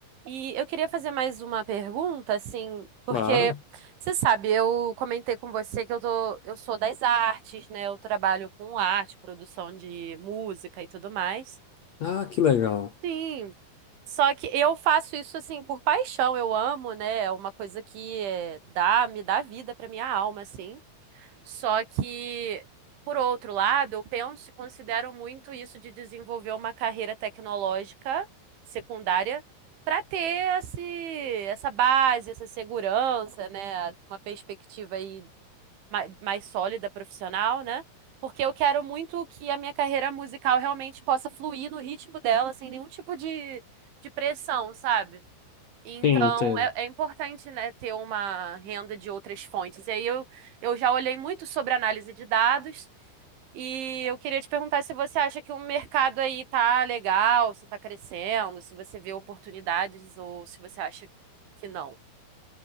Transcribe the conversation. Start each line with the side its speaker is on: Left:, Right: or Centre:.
Right: E eu queria fazer mais uma pergunta, assim, porque
Left: Claro.
Right: você sabe, eu comentei com você que eu tô, eu sou das artes, né? Eu trabalho com arte, produção de música e tudo mais.
Left: Ah, que legal.
Right: Sim. Só que eu faço isso assim por paixão, eu amo, né? É uma coisa que é, dá, me dá vida pra minha alma, assim. Só que, por outro lado, eu penso e considero muito isso de desenvolver uma carreira tecnológica secundária para ter esse, essa base, essa segurança, né? Uma perspectiva aí ma- mais, sólida profissional, né? Porque eu quero muito que a minha carreira musical realmente possa fluir no ritmo dela, sem nenhum tipo de, de pressão, sabe? Então,
Left: Sim, entendo.
Right: é, é importante, né, ter uma renda de outras fontes. E aí eu, eu já olhei muito sobre análise de dados e eu queria te perguntar se você acha que o mercado aí tá legal, se tá crescendo, se você vê oportunidades ou se você acha que não.